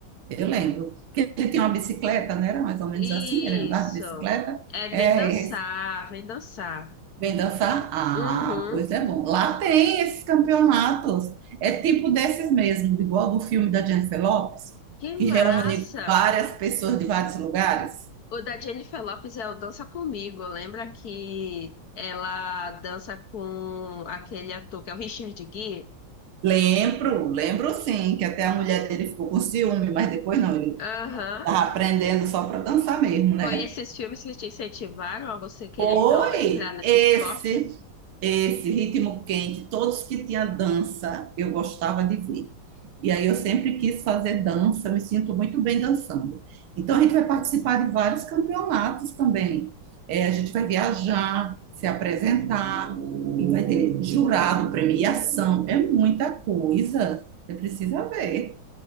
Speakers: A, on the right (about 85°); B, on the left (about 55°).
A: Eu lembro. Que ele tinha uma bicicleta, né? Era mais ou menos
B: Isso.
A: assim, ele andava de bicicleta.
B: É,
A: É,
B: vem dançar, vem dançar.
A: Vem dançar? Ah,
B: Uhum.
A: pois é bom. Lá tem esses campeonatos. É tipo desses mesmo, igual do filme da Jennifer Lopez,
B: Que
A: que
B: massa!
A: reúne várias pessoas de vários lugares.
B: O da Jennifer Lopez é o Dança Comigo. Lembra que ela dança com aquele ator que é o Richard Gere?
A: Lembro, lembro sim, que até a mulher dele ficou com ciúme, mas depois não, ele
B: Aham.
A: estava aprendendo só para dançar mesmo, né?
B: Foi esses filmes que te incentivaram a você querer
A: Foi
B: então entrar nesse
A: esse,
B: esporte?
A: esse ritmo quente, todos que tinha dança, eu gostava de ver. E aí eu sempre quis fazer dança, me sinto muito bem dançando. Então a gente vai participar de vários campeonatos também. É, a gente vai viajar, se apresentar, e vai ter jurado, premiação, é muita coisa. Você precisa ver.